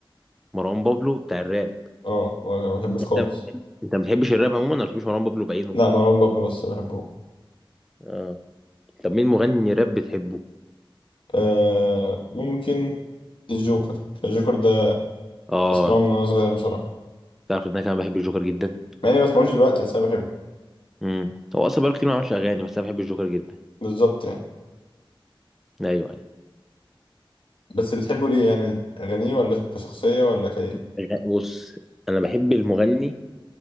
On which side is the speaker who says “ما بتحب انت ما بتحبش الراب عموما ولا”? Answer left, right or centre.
Centre